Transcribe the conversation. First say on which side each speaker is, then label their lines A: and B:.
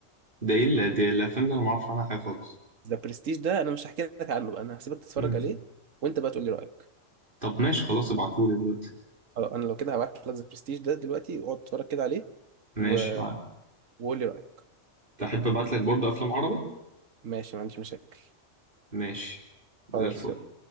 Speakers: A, on the right; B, on the right.
A: ده ايه اللي- دي الافلام دي انا ما اعرفش عنها حاجه خالص
B: ذا برستيج ده انا مش هحكي لك عنه بقى انا هسيبك تتفرج
A: مم.
B: عليه وانت بقى تقول لي رايك
A: طب ماشي خلاص ابعتهولي دلوقتي
B: خلاص، انا لو كده هبعت لك ذا برستيج ده دلوقتي اقعد تتفرج كده عليه
A: ماشي
B: و...
A: معاك
B: وقول لي رايك
A: تحب ابعت لك برضه افلام عربي
B: ماشي ما عنديش مشاكل
A: ماشي
B: خلاص
A: زي الفل
B: يلا